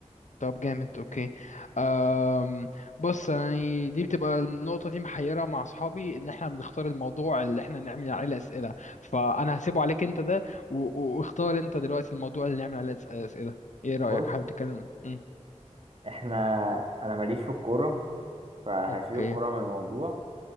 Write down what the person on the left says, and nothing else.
طب جامد اوكي أم بص يعني دي بتبقى النقطة دي محيرة مع اصحابي ان احنا بنختار الموضوع اللي احنا نعمل عليه اسئلة فانا هسيبه عليك انت ده و- و- واختار انت دلوقتي الموضوع اللي نعمل عليه الأس- اسئلة ايه رأيك
حابب تتكلم مم.
اوكي